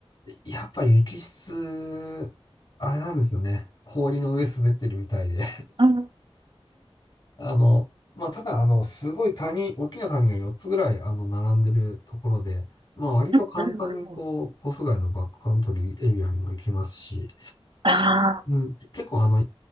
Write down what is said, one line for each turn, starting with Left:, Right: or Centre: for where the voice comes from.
Left: やっぱ雪質、あれなんですよね。氷の上滑ってるみたいで。
Right: うん。
Left: あの、まあ、ただ、あの、すごい谷、大きな谷が4つぐらい、あの、並んでるところで、まあ、割と簡単に、
Right: うんうん
Left: こう、コース外のバックカントリーエリアにも行きますし、
Right: あ
Left: うん、結構、あの、